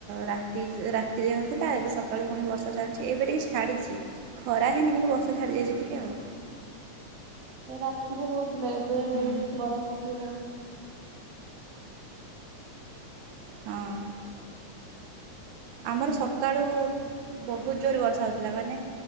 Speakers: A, on the right (about 80°); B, on the right (about 65°).
A: ରାତି ରାତିରେ ହଉଥୁଲା ଏବେ ସକାଳେ ପୁଣି ବର୍ଷା ଚାଲଚି ଏବେ ଟିକେ ଛାଡ଼ିଚି ଖରା ହେଇନି କିନ୍ତୁ ବର୍ଷା ଛାଡ଼ିଯାଇଚି ଟିକେ ଆଉ।
B: ନାଇଁ ରାତିରେ ହୋଉଥୁଲା ଏବେ
A: ହୁଁ
B: ଟିକେ ଖରା ପକେଇଲାଣି।
A: ହଁ।
B: ହୁଁ।
A: ଆମର ସକାଳୁ ବହୁତ ଜୋର ବର୍ଷା ହଉଥୁଲା ମାନେ